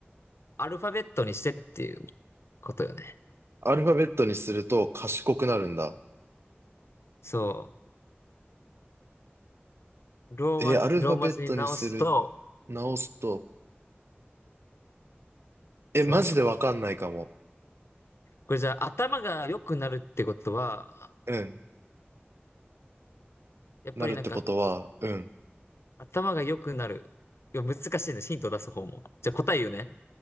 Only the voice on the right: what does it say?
アルファベットにすると賢くなるんだ。
えーアルファベットにする、
直すと、え、
マジでわかんないかも。
うん、
なるってことは、うん、